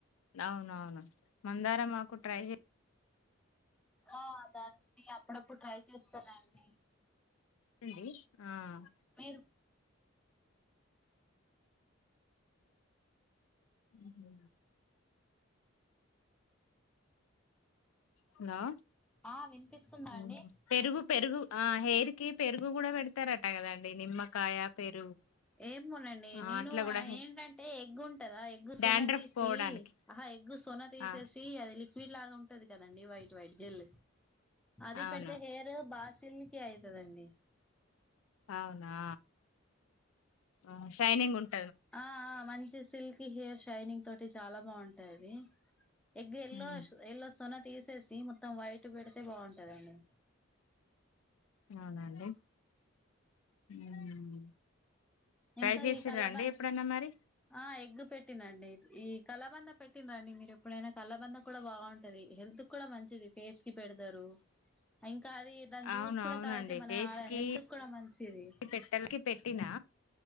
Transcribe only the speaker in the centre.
అ దాని అప్పుడప్పుడ్ ట్రైయి చేస్తున్న అండి
మీరు
ఆ వినిపిస్తుందా
అండి
ఏమోనండి
నేను
ఏంటంటే ఎగ్గు ఉంటదా. ఎగ్గు సొన
తీసి
ఆహా ఎగ్గు సొన తీసేసి
అది. లిక్ ట్లాగా ఉంటది. కదండి వైట్ వైట్ జల్ అది
పేడుతే హెయిర్ బాసిల్ కి అయితదండి
ఆహ్ ఆ మంచి స్ తిల్కీ హెయిర్, షైనింగ్ తోటి చాలా బాగుంటాది. ఎగ్ ఎల్లో,
సో ఎల్లో సోన తీసేసి మొత్తం వైట్ పెడితే బాగుంటదండి.
ఇంకా
ఈ కలబంద
ఆ ఎగ్ పెట్ టినండి ఈ కలాబంద పెట్టిన్ర అండి మీరు ఎప్పుడైనా కల్లబంద కూడా బాగుంటది. హెల్త్ కూడా మంచిది ఫేస్ కి పెడతారు. ఇం కాది దాని
జ్యూస్ కూడా
తాగితే మన
ఆ
హెల్త్ కూడా మంచిది.